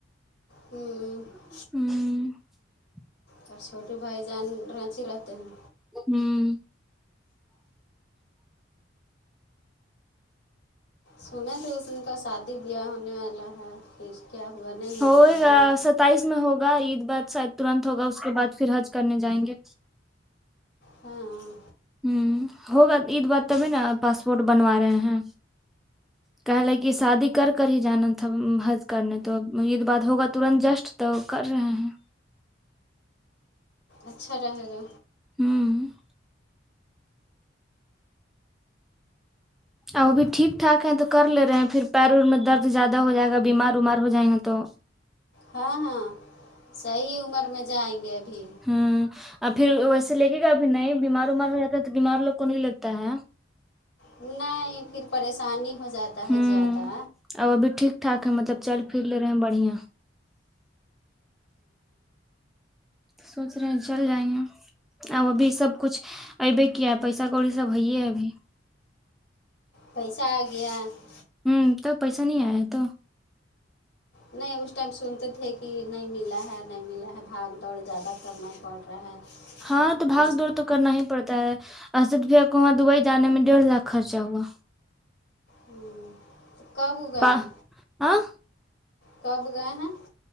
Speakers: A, on the left; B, in the centre.
A: ہوں <inaudible>
B: ہوں
A: اور چھوٹے بھائی جان رینچی رہتے ہیں
B: ہوں
A: سنے تھے اس کا شادی بیاہ ہونے والا ہے پھر کیا ہوا نہیں <unintelligible>
B: ہوئے گا
A: ابھی
B: ستائیس میں ہوگا عید بار شاید ترنت ہوگا اس کے بعد پھر حج کرنے جائیں گے
A: ہاں ہ <unintelligible>
B: ہ ہو بات عید بار تبھی نا پاسپورٹ بنوا رہے ہیں کہ لے کہ شادی کر کر ہی جانا تھا حض کرنے تو یہید بات ہوگا ترنت جسٹ تو کر رہے ہیں <unintelligible>
A: اچھا رہے گا
B: ہوں ا وہ بھی ٹھیک ٹھاک ہے تو کر ل رہے ہیں پھر پیریر میں درد زیادہ ہو جائے گا بیمار ومار ہو جائیں گے تو
A: ہاں ہاں صحیح عمر میں جائیں گے ابھی
B: ہ اور پھر ویسے لگے گا ابھی نہیں بیمار ومار ہو جا ہے تو بیمار لوگ کو نہیں لگتا ہے
A: نہیں پھر پریشانی ہو جاتا ہے
B: ہوں
A: زیادہ
B: اب ابھی ٹھیک ٹاک ہے مطلب چل پھر لے ہیں بڑھیاں سوچ رہے ہیں چل جائیں گے اب ابھی سب کچھ ابے کیا پیسا کڑی سب ہے ہے ابھی
A: پیسہ آ گیا <unintelligible>
B: ہوں تو پیسہ نہیں آیا تو
A: نہیں اس ٹائم سنتے تھے کہ نہیں ملا ہے نہیں ملا ہے بھاگ دوڑ زیادہ کرنا پڑ رہا ہے
B: ہاں تو باگ
A: اس
B: دورتک کرنا ہی پڑتا ہے اسد بھیا کو وہاں دبئی جے میں ڈیڑھ لاکھ خرچہ ہوا
A: ہوں تو کب گئے
B: پا ہاں
A: کب گئے ہیں